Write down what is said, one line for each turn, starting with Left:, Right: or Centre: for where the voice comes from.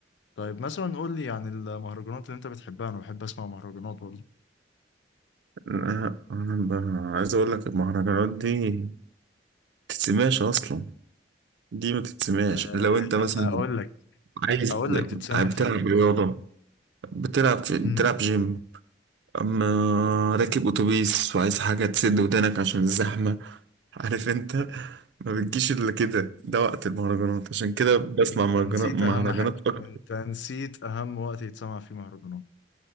Left: طيب مثلا قول لي عن المهرجانات اللي انت بتحبها انا بحب اسمع مهرجانات برضه
Right: لا، انا ب- عايز اقول لك المهرجانات دي تتسمعش اصلا دي ما تتسمعش
Left: آه،
Right: لو انت مثلا
Left: اقول لك
Right: عايز
Left: اقول لك تتسمع
Right: بتلعب
Left: في ايه
Right: رياضة بتلعب بتلعب
Left: امم
Right: جيم اما راكب اتوبيس وعايز حاجه تسد ودانك عشان الزحمه عارف انت ما بتجيش الا كده ده وقت المهرجانات عشان كده بسمع
Left: انت
Right: مهرجانات
Left: نسيت
Right: مهرجانات
Left: اهم حاجة
Right: اكتر
Left: انت نسيت اهم وقت يتسمع فيه مهرجانات